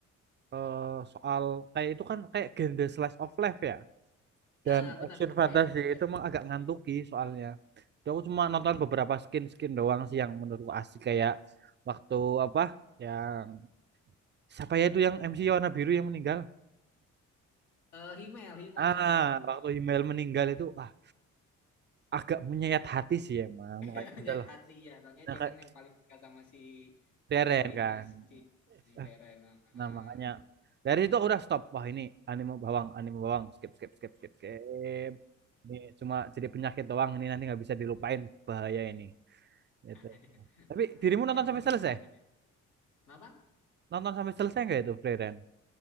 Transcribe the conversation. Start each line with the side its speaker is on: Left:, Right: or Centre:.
Right: eh, soal kayak itu kan kayak genre slice of life ya dan
Left: Ya benar
Right: action
Left: itu
Right: fantasi
Left: kayak lebih kayak
Right: itu
Left: sukses
Right: emang agak ngantuki
Left: sih.
Right: soalnya. Jadi aku cuma
Left: Hmm.
Right: nonton beberapa skin-skin doang sih yang menurutku asik kayak waktu apa yang siapa ya itu yang MC warna biru yang meninggal?
Left: Eh, Himmel, Himmel,
Right: Ah,
Left: pahlawan
Right: waktu
Left: Himmel.
Right: Himmel meninggal itu ah agak menyayat hati sih emang
Left: <laughs>
Right: makanya
Left: Menyayat
Right: udahlah
Left: hati ya, soalnya
Right: nah,
Left: dia
Right: kayak
Left: kan yang paling suka sama si
Right: Deren
Left: heroinnya
Right: kan
Left: si
Right: Eh,
Left: Reren. <laughs>
Right: nah makanya dari situ aku udah stop wah ini anime bawang anime bawang skip skip skip skip skip ini cuma jadi penyakit doang ini nanti nggak bisa dilupain bahaya ini gitu
Left: Nah, iya.
Right: tapi
Left: Nah,
Right: dirimu
Left: berarti
Right: nonton
Left: abang
Right: sampai
Left: lagi
Right: selesai
Left: suka anime. Kenapa?
Right: nonton sampai selesai nggak itu Deren